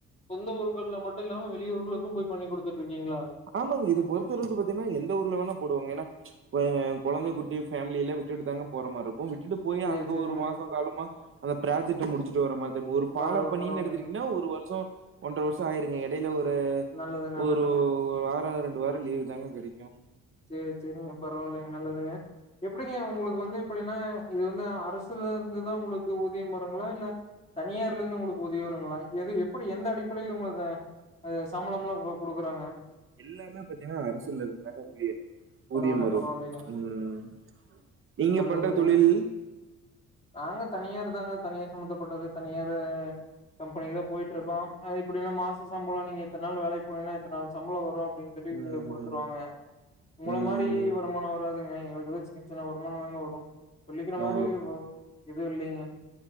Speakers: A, on the left; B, on the right.
A: சொந்த ஊர்கள்ல மட்டும் இல்லாம வெளிய ஊர்களுக்கும் போய் பண்ணி குடுத்துட்டு இருக்கீங்களா
B: ஆமாங்க இத பொறுத்தளவுக்கு பாத்தீங்கன்னா எந்த ஊர்ல வேணா போடுவோங்க ஏன்னா கொ கொழந்தை குட்டி ஃபேமிலிய எல்லாம் விட்டு தாங்க போற மார் இருக்கும் விட்டுட்டு போய்
A: சேரி
B: அங்க
A: சேரிங்க
B: ஒரு மாசம் காலமா அந்த பிர்ராஜெக்டை முடிச்சுட்டு வர மார் ஒரு பால
A: பரவால்ல
B: பணிணு
A: பரவால்லைங்க
B: எடுத்தக்கீங்கன்னா ஒரு வருஷம் ஒன்ற வரு ஷம் ஆயிருங்க இடையில ஒரு
A: நல்லது நல்லதுங்க
B: ஒரு ஒரு வாரம் ரெண்டு வாரம் லீவ் தாங்க கிடைக்கும்
A: சேரி சேரிங்க பரவாயில்லைங்க நல்லதுங்க எப்டிங்க உங்களுக்கு வந்து எப்டின்னா இது வந்து அரசு அரசுல இருந்துதான் உங்களுக்கு ஊதிய வருங்களா இல்ல தனியார்ல இருந்து உங்களுக்கு ஊதியம் வருங்களா எது எப்டி எந்த அடிப்படையில உங்களுக்கு அது சம்பளம்ல்லாம் குடுக்குறாங்க
B: எல்லாமே பாத்தீங்கன்னா அரசுல இருந்தாங்க ஊழியர்
A: பரவால்ல
B: ஊதியம் வரும்
A: பரவால்லைங்க
B: ம் நீங்க
A: நல்லதுங்க
B: பண்ற தொழில்
A: நாங்க தனியார் தாங்க தனியார் சம்ந்தப்பட்டது தனியார் கம்பெனி தான் போய்ட்டு இருக்கோம் அ இப்டின்னா மாச சம்பளம் நீங்க இத்தன நாள் வேலைக்கு போனீங்கன்னா எத்தனை நாள் சம்பளம் வரும் அப்டின்ட்டு சொல்லி
B: ம்
A: குடுத்துருவாங்க உங்கள
B: ம்
A: மாரி வருமானம் வராதுங்க எங்களுக்கு ஏதோ சின்ன சின்ன வருமானம் தாங்க வரு சொல்லிக்கிற
B: ஓ
A: மாரி வ எதுவு இல்லைங்க